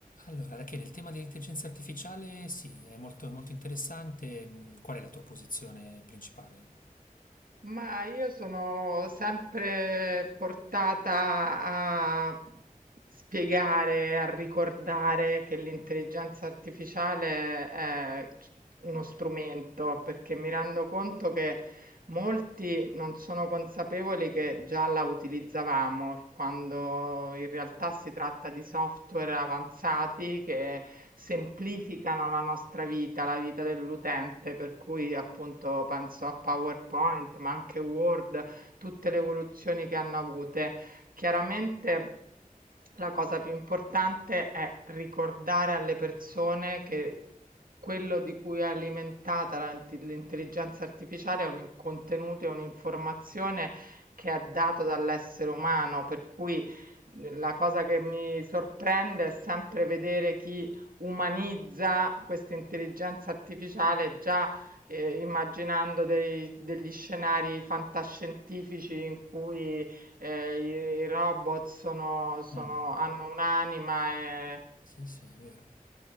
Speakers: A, on the left (about 70°); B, on the right (about 80°).
A: Allora, Rachele, il tema dell'intelligenza artificiale sì, è molto, molto interessante. Mm, Qual è la tua posizione principale?
B: Ma io sono sempre portata a spiegare, a ricordare che l'intelligenza artificiale è uno strumento, perché mi rendo conto che Molti non sono consapevoli che già la utilizzavamo, quando in realtà si tratta di software avanzati che semplificano la nostra vita, la vita dell'utente, per cui appunto penso a PowerPoint, ma anche Word, tutte le evoluzioni che hanno avute. Chiaramente la cosa più importante è ricordare alle persone che quello di cui è alimentata la- l'intelligenza artificiale è un in- contenuto, è un'informazione che è dato dall'essere umano, per cui mhmm, la cosa che mi sorprende è sempre vedere chi umanizza questa intelligenza artificiale già eh, immaginando dei- degli scenari fantascientifici in cui eh, i, i robot sono, sono-
A: Mm,
B: hanno un'anima e...
A: Sì, sì, è vero.